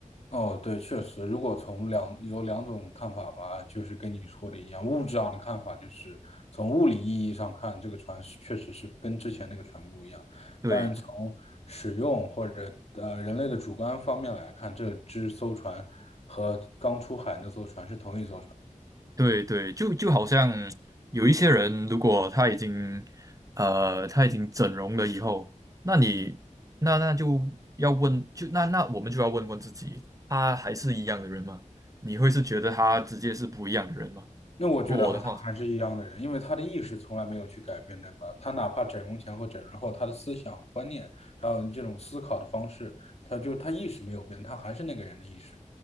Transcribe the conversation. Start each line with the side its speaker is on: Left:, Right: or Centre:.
Left: 哦，对，确实，如果从两有两种看法吧，就是跟你说的一样，物质上的看法就是从物理意义上看，这个船是确实是跟之前那个船不一样。
Right: 对，
Left: 但是从使用或者呃人类的主观方面来看，这只艘船和刚出海那艘船是同一艘船。
Right: 对对，就就好像有一些人，如果他已经呃他已经整容了以后，那你那那就要问，就那那我们就要问问自己，他还是一样的人吗？你会是觉得他直接是不一样的人吗？
Left: 那我觉得和他还是一样的人，
Right: 我的话。
Left: 因为他的意识从来没有去改变，对吧？他哪怕整容前和整容后，他的思想和观念，还有这种思考的方式，他就他意识没有变，他还是那个人的意识。